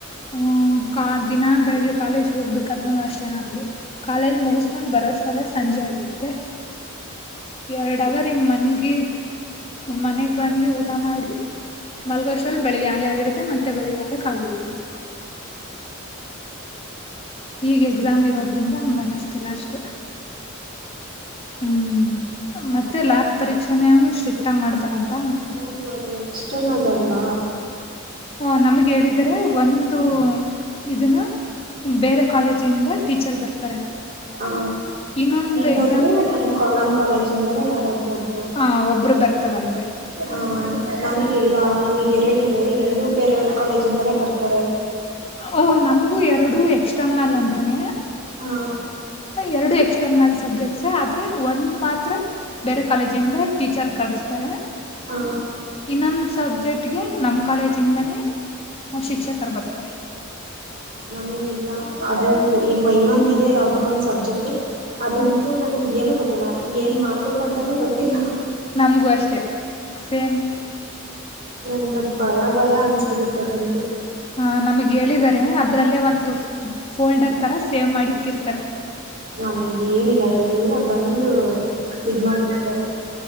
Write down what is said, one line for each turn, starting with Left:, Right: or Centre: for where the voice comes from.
Left: ಹ ಕ ದಿನ ಬೆಳಿಗ್ಗೆ ಕಾಲೇಜ್ ಹೋಗ್ಬೇಕಾದ್ರೂನೂ ಅಷ್ಟೇ ನಮ್ಗೆ. ಕಾಲೇಜ್ ಮುಗಸ್ಕೊಂಡ್ ಬರೋಷ್ಟ್ರಲ್ಲೇ ಸಂಜೆ ಆಗಿರುತ್ತೆ. ಎರಡ್ ಅವರ್ ಹಿಂಗ್ ಮನ್ಗಿ ಮನೆಗ್ ಬಂದಿ ಊ ಟ ಮಾಡಿ ಮಲ್ಗೋಷ್ಟ್ರಲ್ಲಿ ಬೆಳಿಗ್ಗೆ ಆಲೇ ಆಗಿರುತ್ತೆ ಮತ್ ತ್ತೆ ಬೆಳಿಗ್ಗೆಯಾಲ್ಲೇ ಕಾಲೇಜುಗೋಗ್ಬೇಕು ಈಗ್ ಎಕ್ಸಾಮ್ ಇರೋದ್ರಿಂದ ಹಂಗ ಅನಿಸ್ತಿಲ್ಲ ಅಷ್ಟೇ. ಹ್ಮ್ ಮತ್ತೆ ಲ್ಯಾಬ್ ಪರೀಕ್ಷೆನ ಸ್ಟ್ರಿಕ್ಟ್ ಆಗಿ ಮಾಡ್ತಾರಂತ.
Right: ಹೌದು ಅದು ಎಕ್ಸ್ಟರ್ನಲ್ ಅಲ್ವಾ
Left: ಹಾ ನಮಗ್ ಹೇಳಿದ್ದಾರೆ ಒಂದು ಇದನ್ನ ಬೇರೆ ಕಾಲೇಜಿಂದ ಟೀಚರ್ ಬರ್ತಾರೆ.
Right: ಹ
Left: ಇನ್ನೊಂದು
Right: ಇನ್ನೊಬ್ರು
Left: ಎಕ್ಸಾಮ್
Right: ನಮ್ ನಮ ಕಾಲೇಜ ಇಂದಾನೇ ಯಾರಾದ್ರೂ ಒಬ್ರು
Left: ಹಾ ಒಬ್ರು ಬರ್ತಾರಂ
Right: ಹಾ ನಮಿಗ್ ಇಲ್ಲ ನಮಿಗ್ ಎರಡ ಇದೆ ಎರಡೂ ಬೇರೆ ಕಾಲೇಜ ಇಂದಾನೇ ಬರ್ತಾರೆ.
Left: ಓಹ ನಮಗೂ ಎರಡು ಎಕ್ಸ್ಟ ಮಲ್ ಅಂತಾನೆ.
Right: ಹಾ
Left: ಎರಡು ಎಕ್ಸ್ಟರ್ನಲ್ ಸಬ್ಜೆಕ್ಟ್ಸ್ ಆದ್ರೆ ಒಂದು್ ಮಾತ್ರ ಬೇರೆ ಕಾಲೇಜ ಇಿಂದ. ಟೀಚರ್ ಕಡಸ್ತಾರೆ
Right: ಹಾ
Left: ಇನ್ನೊಂದು ಸಬ್ಜೆಕ್ಟ್. ಗೆ ನಮ್ ಕಾಲೇಜ ಇಿಂದಾನೇ ಶಿಕ್ಷಕರು ಬರ್ತಾರೆ.
Right: ನಮೇಗ್ಲ್ಲ ಅದು ಈ ಇನ್ನೊಂದ ಇದೆ ಯಾವದೋ ಒಂದ್ ಸಬ್ಜೆಕ್ಟ್. ಅದಂತೂ
Left: ಹ್ಮ್
Right: ನನಗ್ ಏನ ಗೊತ್ತಿಲ್ಲ ಏನ್ ಮಾಡ್ಬೇಕು ಅಂತಾನೂ ಗೊತ್ತಿಲ್ಲ.
Left: ನಮ್ಗೂ ಅಷ್ಟೆ ಸೇಮ್.
Right: ನಂಗಗೆ ಭಯ ಭಯ ಅನ್ಸ್ಬಿಡತ್ತೆದಂತು.
Left: ಹ ನಮಗ್ ಹೇಳಿದರೆ ಅದ್ರಲ್ಲೇ ಒಂದು ಫೋಲ್ಡರ್ ತರ ಸೇವ್ ಮಾಡಿ. ಇಕ್ಕಿರ್ತಾರೆ
Right: ನಮಗ್ ಏನಿಲ್ಲ ಎಲ್ಲಾ ಬಂದು ಇದ್ ಮಾಡ್ಬಿಡ್ತಾರೆ.